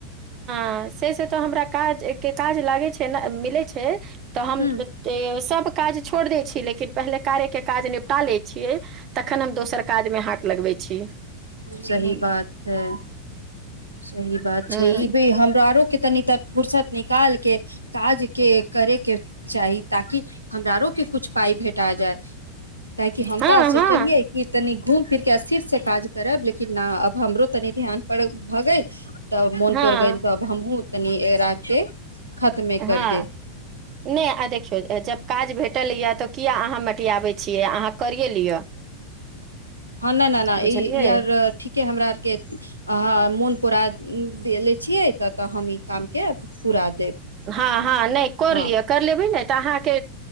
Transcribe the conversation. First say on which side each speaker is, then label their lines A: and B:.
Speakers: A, on the right; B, on the right.
A: हँ से से तऽ हमरा काज के काज लागै छै न मिलै छै तऽ हम
B: ह
A: जेते सब काज छोड़ि दै छी लेकिन पहिले कार्यके काज निपटा लै छियै तखन हम दोसर काज मे हाथ लगबै छी
B: सही
A: हँ
B: बात हइ सही बात
A: हँ
B: छै ई भी हमरा आरो कते निक तऽ फर्सत निकालके काजके करैके चाही ताकि हमरा आरोके किछु पाइ भेटा जाय काहेकि हम
A: हँ
B: तऽ सोचलियै कि तनी घूम फिर के अस्थिर से काज करब लेकिन ना आब हमरो तनि ध्यान पर भऽ गेल तब मोन
A: हँ
B: प गेल तब हमहहुँ तनी एरा के खतमे कर
A: हँ
B: देब
A: नहि आ देखियौ जब काज भेटल यए तऽ किया अहाँ मटियाबै छियै अहाँ करिए लिअ
B: हँ नहि नहि नहि
A: बुझलियै
B: ई ई आर ठीके हमरा आरके अ मोन पुरा देले छियै त तऽ हम कामके पूरा देब
A: हँ हँ नहि कर
B: हँ
A: लियअ कर ले तऽ अहाँके